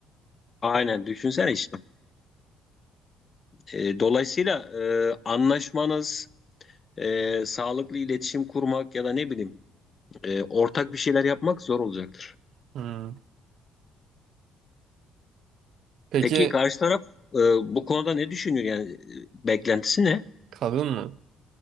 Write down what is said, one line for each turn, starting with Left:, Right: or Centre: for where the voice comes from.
Left: aynen düşünsene işte. Eee, dolayısıyla eee, anlaşmanız, eee, sağlıklı iletişim kurmak ya da ne bileyim eee, ortak bir şeyler yapmak zor olacaktır.
Right: Hmm. Peki
Left: Peki karşı taraf eee, bu konuda ne düşünüyor yani Eee, beklentisi ne?
Right: kadın mı?